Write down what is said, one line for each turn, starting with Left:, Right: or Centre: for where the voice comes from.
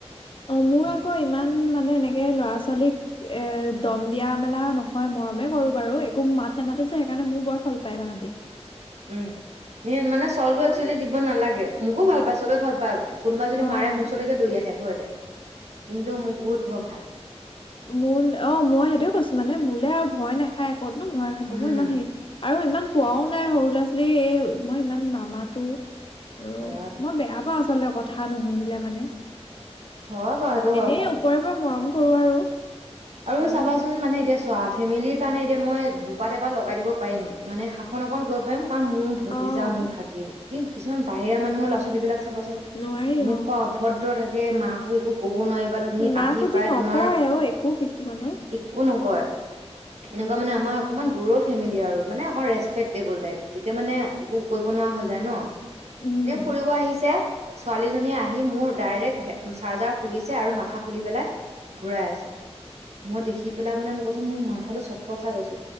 Left: অ, মোৰ আকৌ ইমান মানে এনেকে ল'ৰা ছোৱালীক এ দম ম দিয়া মেলা নহয় মৰমে কৰো বাৰু একো মাত নেমাতো যে সেইকাৰণে মোৰ বৰ চল পায় তাহাতি।
Right: উম, মানে চলটো একচুৱেলি
Left: ন-
Right: দিব নালাগে মোকো ভাল পায় চবে ভাল পায়। কোনোবা যদি
Left: অ',
Right: মাৰে ম ওচৰলৈকে দৰি আহে ভয়তে কিন্তু মোক বহুত ভয় খায়।
Left: মোৰ অ, মই সেইটোয়ে কৈছো মানে মোলে আৰু ভয় নাখায়। ক'ত নো ভয় খাব
Right: উম
Left: মই ইমান হেৰি আৰু ইমান পোৱাও নাই সৰু ল'ৰা ছ এ মই ইমান নামাতো আৰু
Right: অ
Left: মই বেয়া পাও আচলতে কথা কথা নুশুনিলে মানে
Right: হয় বাৰু সেইটো হয়
Left: এনে ওপৰেওৰে মৰম কৰো আৰু। ইমান
Right: আৰু চাবাচোন মানে এতিয়া চোৱা ফেমিলিৰ কাৰণে এতিয়া মই দুপাত এপাত লগাই দিব পাৰিম মানে শাসন অকণ কৰিব পাৰিম। কাৰণ মোৰ ভতিজা
Left: অ',
Right: মোৰ ভাগিন কি কিছুমান বাহিৰা মানুহৰ ল'ৰা ছোৱালী বিলাক চাবাচোন
Left: নোৱাৰি
Right: এনেকুৱা
Left: অ'।
Right: অভদ্ৰ থাকে মাকো একো ক ক নোৱাৰিব তুমি
Left: মাকহঁতি
Right: আহি পাই
Left: নকয়
Right: তোমাৰ
Left: অ একো কিছুমানৰ।
Right: একো ন কয় এনেকুৱা মানে আমাৰ অকণমান দূৰৰ ফেমিলি আৰু মানে অক ৰেচপেক্টবল টাইপ। তেতিয়া মানে একো কৰিব নোৱাৰা হৈ যায় ন
Left: উম
Right: এনে ফুৰিব আহিছে। ছোৱালী জনীয়ে আহি মোৰ ডাইৰেক্ট চাৰ্জাৰ খুলিছে আৰু মাথা খুলি পেলাই ঘুৰাই আছে মই দেখি পেলাই মানে মই কৈছো মোৰ মাথাো চক্কৰ খাই গৈছো।